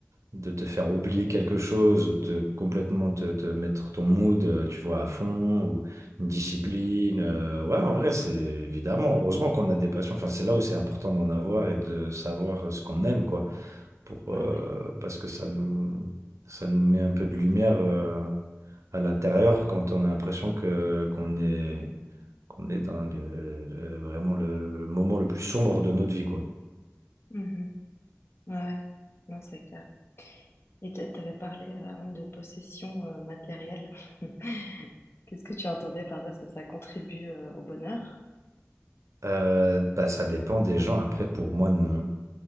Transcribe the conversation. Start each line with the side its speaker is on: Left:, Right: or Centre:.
Right: de te faire oublier quelque chose ou te complètement te, te mettre ton mood, euh, tu vois, à fond, ou une discipline. euh, ouais, en vrai, c'est évidemment, heureusement qu'on a des passions. Enfin, c'est là où c'est important d'en avoir et de savoir euh, ce qu'on aime, quoi. pour,
Left: Bah
Right: euh,
Left: ouais.
Right: parce que ça nous, ça nous met un peu de lumière euh, à l'intérieur quand on a l'impression que, qu'on est, qu'on est dans le, le- vraiment le, le moment le plus sombre de notre vie, quoi.
Left: Mhm. Ouais, ouais. Non, c'est clair. Et t'a- t'avais parlé euh, avant de possession euh, matérielle. <laughs> Qu'est-ce que tu entendais par ça? Est-ce que ça contribue euh, au bonheur?
Right: Euh, bah, ça dépend des gens. Après, pour moi, non.